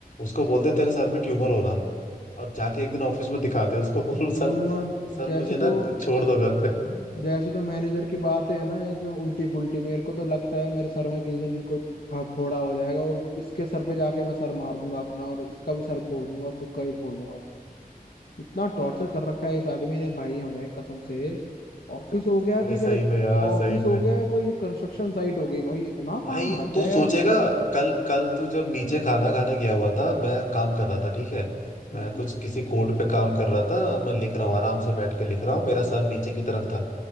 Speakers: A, on the left; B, on the left.
A: उसको बोल दे तेरे सर में ट्यूमर हो रहा और जाके एक दिन ऑफिस में दिखा दे उसको बोल
B: ट्यूमर
A: सर
B: तो-
A: सर
B: जैसे
A: मुझे ना
B: तो
A: छोड़ दो घर पे <laughs>
B: जैसे तो मैनेजर की बात है ना ऐसे उल्टी पुल्टी मेरे को तो लगता है मेरे सर में किस दिन कोई फ- फोड़ा हो जाएगा और इसके सर पे जाके मैं सर मार दूंगा अपना और इसका भी सर फोड़ दूंगा खुद का ही फोड़ दूंगा इतना टॉर्चर कर रखा है इस आदमी ने भाई हमें कसम से ऑफिस हो गया
A: अरे
B: कि
A: सही
B: कदे
A: में यार
B: ऑफिस
A: सही में
B: हो गया कोई कंस्ट्रक्शन साइट हो गई भाई इतना
A: भाई
B: काम हद
A: तू
B: है
A: सोचेगा
B: यार
A: कल कल तू जब नीचे खाना खाने गया हुआ था मैं काम कर रहा था ठीक है मैं
B: हम्म
A: कुछ किसी कोड पे काम कर रहा था मैं लिख रहा हूँ आराम से बैठ के लिख रहा हूँ मेरा सर नीचे की तरफ था